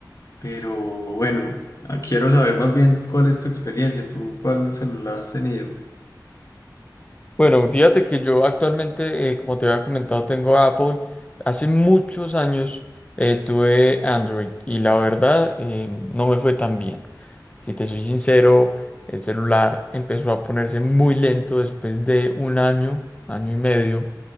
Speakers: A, on the left (about 45°); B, on the left (about 15°).
A: pero bueno, ah, quiero saber más bien cuál es tu experiencia, tú cuál celular has tenido.
B: Bueno, fíjate que yo actualmente, eh, como te había comentado, tengo Apple. Hace muchos años eh, tuve Android y la verdad eh, no me fue tan bien. Si te soy sincero, el celular empezó a ponerse muy lento después de un año, año y medio